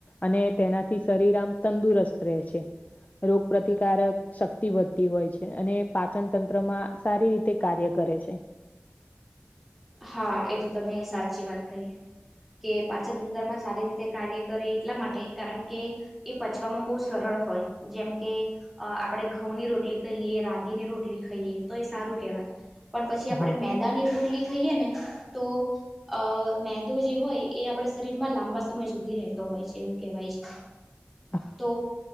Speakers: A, on the left; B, in the centre.
A: અને તેનાથી શરીર આમ તંદુરસ્ત રહે છે. રોગ પ્રતિકારક શક્તિ વધતી હોય છે અને પાચન તંત્રમાં સારી રીતે કાર્ય કરે છે.
B: હા એ તો તમે સાચી વાત કહી. કે પાચન તંત્રમાં સારી રીતે કાર્ય કરે એટલા માટે કારણ કે એ પચવામાં બહુ સરળ હોય જેમ કે અ આપડણે ઘઉં ની રોટલી કહીએ રાગીની રોટલી ખાઈએ તો એ સારું કેહેવાય પણ પછી આપણેે
A: હા
B: મેદાની રોટલી ખાઈએ ને તો અ મેદો જે હોય એ આપણા શરીરમાં લાંબા સમય સુધી રહેતો હોય છે એવું કહેવાય છે
A: <inaudible>
B: તો